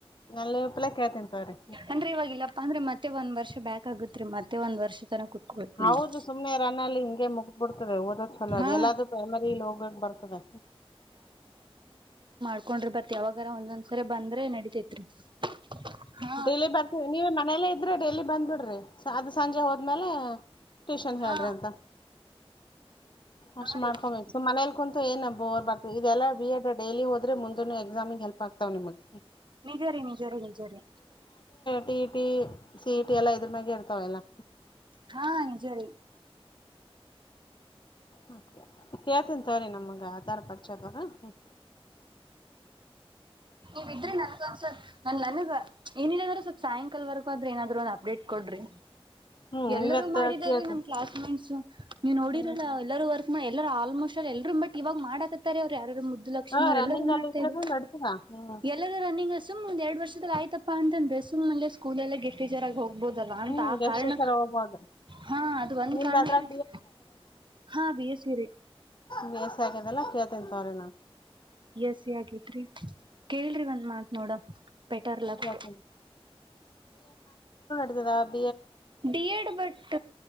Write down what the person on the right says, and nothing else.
ಅಂದ್ರೆ ಇವವಾಗಿಲ್ಲಪ್ಪಾ ಅಂದ್ರೆ ಮತ್ತೆ ಒಂದ್ ವರ್ಷ ಬ್ಯಾಕ್ ಆಗತ್ರಿ ಮತ್ತೆ ಒಂದು ವರ್ಷ ತನ ಕುೂತ್ಕೋಬೇಕಕ್
ನೋಡ್ರಿ
ಹಾ
ತಕೊಂಡ್ರ ಬರ್ತಿ ಯಾವಾಗರ ಒಂದಸರಿ ಬಂದ್ರೆ ನಡಿತತಿ. <inaudible>
ಹಾ
ಹಾ
ರೀ
ನಿಜರಿ ನಿಜರಿ ನಿಜರಿ
ಹಾ ನಿಜ ರ
ನೀವಿದ್ರೆ ನನ್ಗ ಒಸ ನನ್ ನನಗ ಏನಿಲ್ಲದ್ರ ಸ್ವಲ್ಪ ಸಾಯಂಕಾಲವರೆಗೂ ಹದ್ರಿ ಏನಾದ್ರು ಒಂದು ಅಪ್ಡೇಟ್ ಕೊಡ್ರಿ.
ಎಲ್ಲರೂ
ಮಾಡಿದಿದ್ದಾರೆ
ನಮ್ ಕ್ಲಾಸ್ ಮೇಟ್ಸ್ ಹ ನೀವು ನೋಡಿರಲ್ಲ
ಎಲ್ಲರೂ ವರ್ಕ್ ಮಾಡ ಎಲ್ಲ ಆಲ್ಮೋಸ್ಟ್ ಎಲ್ರರು ಬಟ್ವಾಗ್ ಮಾಡಕತ್ತಾರೆ ಅವರು ಯಾರ ಸು ಲಕ್ಷ್ಮಿ
ಅವರು ಎಲ್ಲರೂ
ಮಾಡ್ತಾರೆ
ಎಲ್ಲರೂ ರನ್ನಿಂಗ ಸುಮ್ ಒಂದ ಎರಡು ವರ್ಷದಲ್ಲಿ ಆಯ್ತಪ್ಪ ಅಂತಂದ್ರೆ ಸ್ಕೂಲ್ಲಿ ಗೆಸ್ಟ್ ಟಚರ್ ಆಗ ಹೋಗಬಹದಲ್ಲ ಅ
ಆ ಕಾರಣ
ಹಾ ಅದು ಒಂದ
ಕಾರಣಕ್ಕೆ
ಹಾ ಬಿ ಎಸರಿ
ಬಸಿ ಆಕಿದ್ರಿ ಕೇಳ್ರಿ ಒಂದ್ ಮಾತ್ ನೋಡ ಬೆಟರ್ ಲಕ್
D Ed but